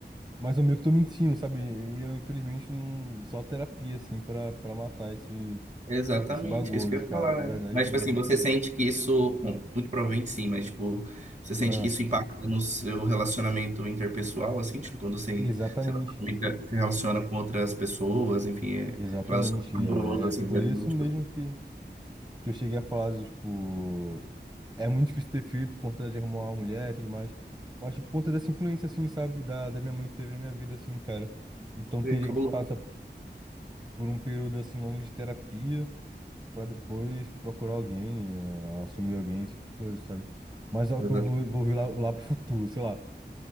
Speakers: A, on the right; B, on the right.
A: Mas eu meio que tô mentindo, sabe? E eu, infelizmente, não... só terapia, assim, pra, pra matar esse,
B: Exatamente,
A: esse bagulho,
B: é isso que eu
A: cara,
B: ia falar,
A: de verdade
B: né? Mas,
A: mesmo.
B: tipo assim, você sente que isso. Bom, muito provavelmente sim, mas, tipo, você sente
A: Ah,
B: que isso impacta no seu relacionamento interpessoal, assim, tipo, quando você
A: Exatamente,
B: se relaciona se relaciona com outras pessoas, enfim, é
A: exatamente.
B: relacionamento amoroso,
A: É
B: assim,
A: é por
B: mesmo,
A: isso
B: né?
A: mesmo
B: tipo,
A: que. que eu cheguei a falar, de, tipo, é muito difícil ter filho por conta de arrumar uma mulher e tudo mais. Eu acho que por conta dessa influência, assim, sabe, da, da minha mãe que teve na minha vida, assim, cara. Então teria
B: é cabuloso.
A: que passar por um período, assim, longo de terapia pra depois procurar alguém, eh, assumir alguém, esse tipo de coisa, sabe? Mas é algo
B: Exatamente.
A: que eu vou, vou ver lá, lá pro futuro, sei lá.